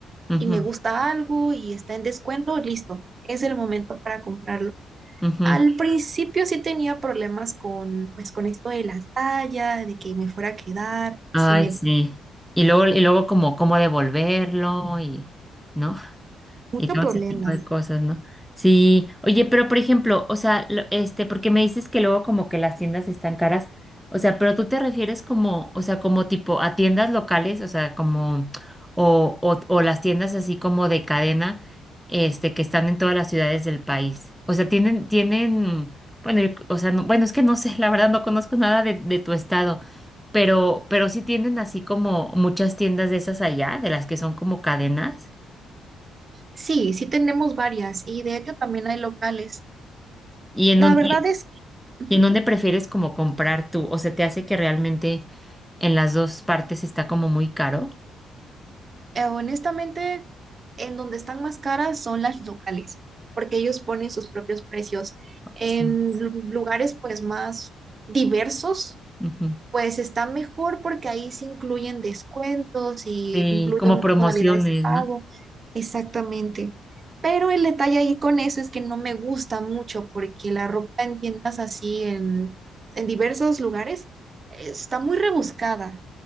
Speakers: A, in the centre; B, on the right (about 40°).
A: Ujú,
B: y me gusta algo y está en descuento, listo, es el momento para comprarlo.
A: ujú.
B: Al principio sí tenía problemas con, pues, con esto de la talla, de que me fuera a quedar,
A: Ay,
B: sí me,
A: sí. Y luego, y luego como cómo devolverlo y, ¿no?
B: mucho
A: y todo
B: problemas.
A: ese tipo de cosas, ¿no? Sí, oye, pero por ejemplo, o sea, lo- este, porque me dices que luego como que las tiendas están caras, o sea, pero tú te refieres como, o sea, como tipo a tiendas locales, o sea, como, o, o, o las tiendas así como de cadena, este, que están en todas las ciudades del país. O sea, tienen, tienen, bueno, yo- o sea, no- bueno, es que no sé, la verdad no conozco nada de, de tu estado. Pero, pero sí tienen así como muchas tiendas de esas allá, de las que son como cadenas.
B: Sí, sí tenemos varias y de hecho también hay locales.
A: Y en
B: La
A: donde,
B: verdad es, ujú,
A: ¿Y en dónde prefieres como comprar tú? ¿O se te hace que realmente en las dos partes está como muy caro?
B: eh, honestamente, en donde están más caras son las locales, porque ellos ponen sus propios precios. En
A: Sí.
B: lu- lugares pues más diversos
A: Ujú.
B: Pues está mejor porque ahí se incluyen descuentos y
A: Sí,
B: incluyen
A: como promociones,
B: modalidades de pago.
A: ¿no?
B: Exactamente. Pero el detalle ahí con eso es que no me gusta mucho porque la ropa en tiendas así en, en diversos lugares eh, está muy rebuscada.